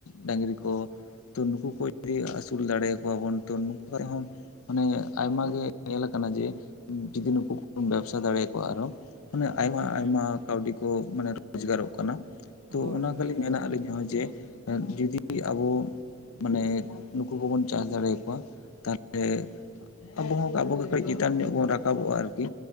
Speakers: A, on the left; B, on the right.
A: ᱰᱟᱝᱨᱤ ᱠᱚ ᱛᱚ ᱱᱩᱠᱩ ᱠᱚ ᱡᱚᱫᱤ ᱟᱹᱥᱩᱞ ᱫᱟᱲᱮᱭ ᱟᱠᱚᱣᱟ ᱵᱚᱱ ᱛᱚ ᱱᱩᱠᱩ ᱠᱷᱚᱡ ᱦᱚᱸ ᱢᱟᱱᱮ ᱟᱭᱢᱟ ᱜᱮ ᱧᱮᱞᱟ ᱟᱠᱟᱱᱟ ᱡᱮ ᱡᱫᱤ ᱱᱩ ᱩᱱᱠᱩᱢ ᱵᱮᱵᱥᱟ ᱫᱟᱲᱮᱭ ᱟᱠᱚᱣᱟ ᱟᱨᱦᱚᱸ ᱢᱟᱱᱮ ᱟᱭᱢᱟ
B: ᱦᱮᱸ
A: ᱟᱭᱢᱟ ᱠᱟᱹᱣᱰᱤ ᱠᱚ ᱢᱟᱱᱮ ᱨᱚᱡᱽᱜᱟᱨᱚᱜ ᱠᱟᱱᱟ ᱛᱚ
B: ᱦᱳᱭ
A: ᱚᱱᱟ
B: ᱨᱳᱡᱽᱜᱟᱨᱚᱜ
A: ᱠᱷᱟᱹᱞᱤᱧ ᱢᱮ
B: ᱠᱟᱱ
A: ᱟᱹᱞᱤᱧ
B: ᱜᱮᱭᱟ
A: ᱦᱚᱸ ᱡᱮ ᱡᱩᱫᱤ ᱟᱵᱚ ᱢᱟᱱᱮ ᱱᱩᱠᱩ ᱠᱚᱵᱚᱱ ᱪᱟᱥ ᱫᱟᱲᱮ ᱟᱠᱚᱣᱟ ᱛᱟᱦᱚᱞᱮ ᱟᱵᱚ ᱦᱚᱸ ᱟᱵᱚᱜᱮ ᱠᱟᱹᱪ ᱪᱮᱛᱟᱱ ᱧᱚᱜ ᱵᱚᱱ ᱨᱟᱠᱟᱵ ᱨᱟᱠᱟᱵᱚᱜᱼᱟ ᱟᱨᱠᱤ